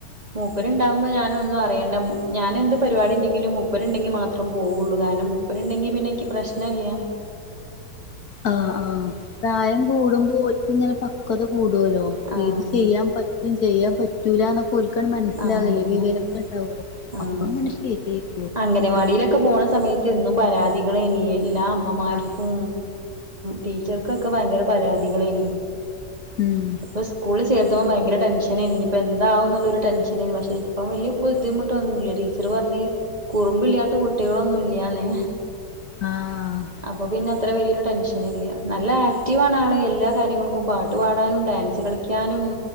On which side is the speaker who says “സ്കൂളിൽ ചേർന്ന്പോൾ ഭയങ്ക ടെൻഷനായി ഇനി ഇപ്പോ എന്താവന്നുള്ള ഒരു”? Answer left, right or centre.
Right